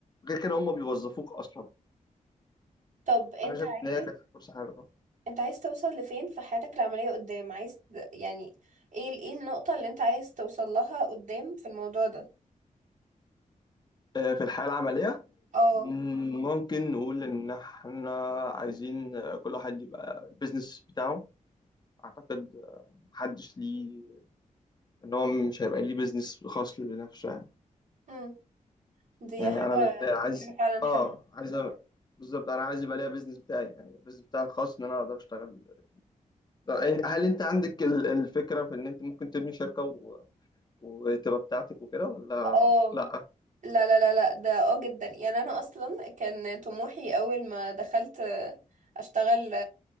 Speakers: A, on the left; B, on the right.
A: غير كده هم بيوظفوك اصلا
B: طب انت
A: انا شايف
B: عايز
A: ان هي كانت فرصه حلوه
B: انت عايز توصل لفين في حياتك العملية قدام عايز يعني ايه ال- ايه النقطة اللي انت عايز توصل لها قدام في الموضوع ده
A: آه في الحياه العمليه
B: اه
A: مم، ممكن نقول إن إحنا عايزين آه، كل واحد يبقى البيزنس بتاعه أعتقد محدش ليه إن هو مش هيبقى ليه بيزنس خاص ليه بنفسه يعني
B: امم دي
A: يعني
B: حاجة
A: أنا اللي عايز
B: دي حاجة فعلا
A: آه
B: حلوة
A: عايز أ- بالظبط أنا عايز يبقى ليا بيزنس بتاعي يعني البيزنس بتاعي الخاص إن أنا أقدر أشتغل ده- يعني هل أنت عندك ال- الفكرة في إن أنت ممكن تبني شركة و... وتبقى بتاعتك وكده ولا
B: اه
A: لأ؟
B: لا لا لا لا ده اه جدا يعني انا اصلا كان طموحي اول ما دخلت آه، اشتغل